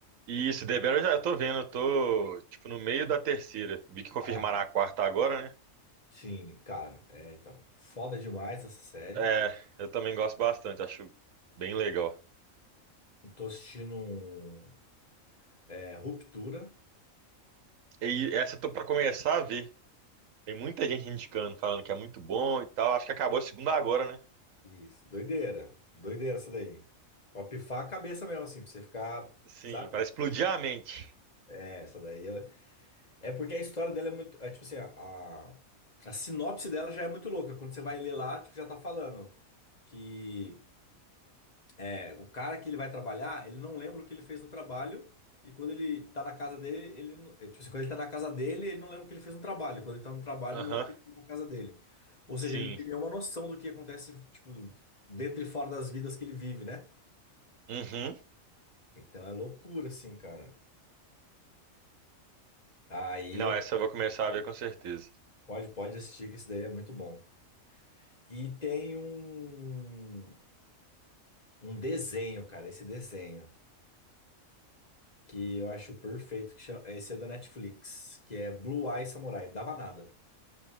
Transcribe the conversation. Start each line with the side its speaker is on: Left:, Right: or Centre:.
Right: Isso, The Bear eu já tô vendo, eu tô, tipo, no meio da terceira. Vi que confirmará
Left: Ah,
Right: a quarta agora, né?
Left: Sim, cara, é então. Foda demais essa série.
Right: É, eu também gosto bastante, acho bem legal.
Left: Tô assistindo um, é, Ruptura.
Right: E essa eu tô pra começar a ver. Tem muita gente indicando, falando que é muito bom e tal. Acho que acabou a segunda agora, né?
Left: Isso, doideira. Doideira essa daí. Pra pifar a cabeça mesmo, assim, pra você ficar,
Right: Sim,
Left: sabe?
Right: para explodir a mente.
Left: É, essa daí. É, é porque a história dela é muito. É, tipo assim, a, a sinopse dela já é muito louca. Quando você vai ler lá, tipo, já tá falando que. É, o cara que ele vai trabalhar, ele não lembra o que ele fez no trabalho. E quando ele tá na casa dele, ele não, é, tipo assim, quando ele tá na casa dele, ele não lembra o que ele fez no trabalho. Quando ele tá no trabalho,
Right: Aham,
Left: ele não lembra o que ele fez na casa dele. Ou
Right: sim.
Left: seja, ele não tem nenhuma noção do que acontece, tipo, do- dentro e fora das vidas que ele vive, né?
Right: Uhum.
Left: Então é loucura, assim, cara. Aí
Right: Não,
Left: eu
Right: essa eu vou começar a ver com certeza.
Left: pode, pode assistir, que esse daí é muito bom. E tem um, um desenho, cara, esse desenho, que eu acho perfeito, que chama, esse é da Netflix, que é Blue Eye Samurai, dava nada.